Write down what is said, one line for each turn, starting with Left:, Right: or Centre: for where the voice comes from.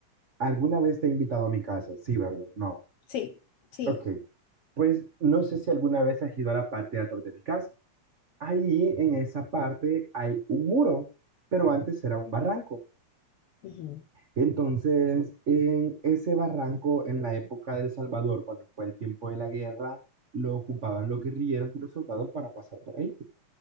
Right: ¿Alguna vez te he invitado a mi casa? Sí, ¿verdad? No.
Left: Sí, sí.
Right: Ok, pues no sé si alguna vez has ido a la parte de atrás de mi casa. Ahí en esa parte hay un muro, pero antes era un barranco.
Left: Ujú,
Right: Entonces, en ese barranco, en la época del Salvador, cuando fue el tiempo de la guerra, lo ocupaban los guerrilleros y los soldados para pasar por ahí.